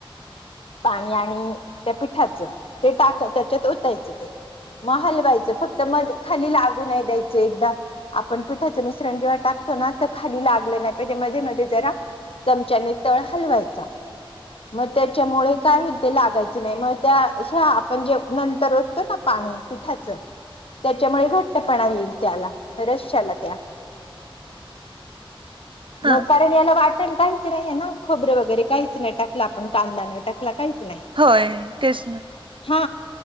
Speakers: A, on the left (about 75°); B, on the right (about 60°).
A: पाणी आणि त्या पिठाचं ते टाक त्याच्यात ओतायचं ते म हलवायचं फक्त मध खाली लागू नाय द्यायचं एकदा आपण पिठाचं मिश्रण जेव्हा टाकतो ना त खाली लागलं नाय पाहिजे मध्ये मध्ये जरा चमच्याने तळ हलवायचा म त्याच्यामुळे काय होईल ते लागायच नाय म त्या हया आपण जे नंतर ओततो ना पाणी पिठाचं त्याच्यामुळे घट्टपणा येईल त्याला रश्याला त्या <inaudible>
B: हा
A: म कारण याला वाटण काहीचं नाहीये ना खोबरे वगैरे काहीच नाही टाकलं आपण कांदा नाय टाकला काहीच, नाही
B: होय तेच न
A: हा